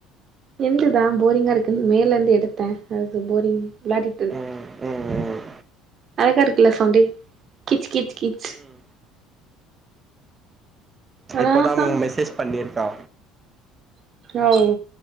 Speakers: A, on the right; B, on the right.
A: என்து தா போரிங்கா இருக்குன் மேலலேருந்து எடுத்தே அது போரிங் விளாடிட்ருந்
B: ம் ம் ம்
A: அழகா இருக்குல சவுண்டு கீச் கீச் கீச்
B: ம்
A: ஆனா
B: இப்பதா
A: சம்
B: மேம் மெசேஜ் பண்ணிருக்கா
A: ஓவ்